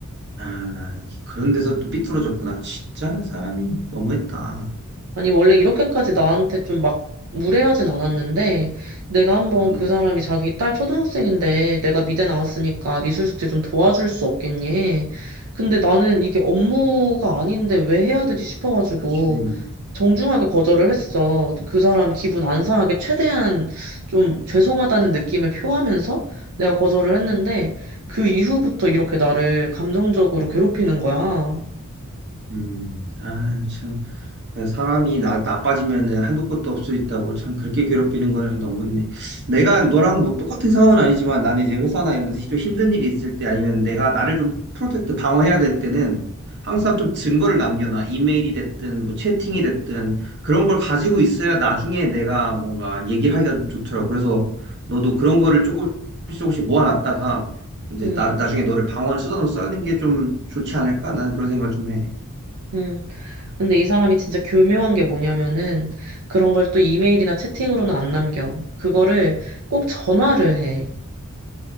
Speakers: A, on the right; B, on the right.
A: 아, 이- 그런 데서 또 삐뚤어졌구나. 진짜 사람이 너무했다.
B: 아니, 원래 이렇게까지 나한테 좀 막 무례하진 않았는데, 내가 한번
A: 음,
B: 그 사람이 자기 딸 초등학생인데, 내가 미대 나왔으니까 미술 숙제 좀 도와줄 수 없겠니? 근데 나는 이게 업무가 아닌데 왜 해야 되지 싶어가지고,
A: 그치.
B: 정중하게 거절을 했어. 그 사람 기분 안 상하게 최대한 좀 죄송하다는 느낌을 표하면서 내가 거절을 했는데, 그 이후부터 이렇게 나를 감정적으로 괴롭히는 거야.
A: 음, 아, 참. 그 사람이 나, 나빠지면은 한도 끝도 없을 수 있다고 참 그렇게 괴롭히는 거는 너무했네. 내가 너랑 뭐 똑같은 상황은 아니지만 나는 이제 회사나 이런 데서 좀 힘든 일이 있을 때 아니면 내가 나를 좀 프로텍트 방어해야 될 때는 항상 좀 증거를 남겨놔. 이메일이 됐든 뭐 채팅이 됐든 그런 걸 가지고 있어야 나중에 내가 뭔가 얘기를 하기가 좀 좋더라고. 그래서 너도 그런 거를 조금씩 조금씩 모아놨다가 이제
B: 음.
A: 나, 나중에 너를 방어하는 수단으로 쓰는 게 좀 좋지 않을까? 나는 그런 생각을 좀 해.
B: 음. 근데 이 사람이 진짜 교묘한 게 뭐냐면은 그런 걸 또 이메일이나 채팅으로는 안 남겨. 그거를 꼭 전화를 해.